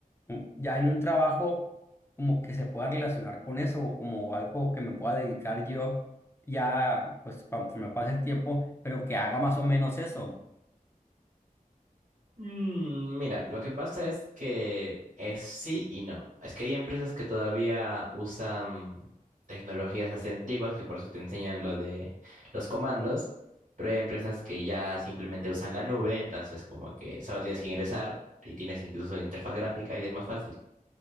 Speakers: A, on the left (about 15°); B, on the right (about 65°).
A: mm, ya en un trabajo como que se pueda relacionar con eso o como algo que me pueda dedicar yo ya, pues, cuando se me pase el tiempo, pero que haga más o menos eso.
B: Mm, mira, lo que pasa es que es sí y no. Es que hay empresas que todavía usan tecnologías así antiguas que por eso te enseñan lo de los comandos, pero hay empresas que ya simplemente usan la nube, entonces como que solo tienes que ingresar y tienes incluso interfaz gráfica y es más fácil.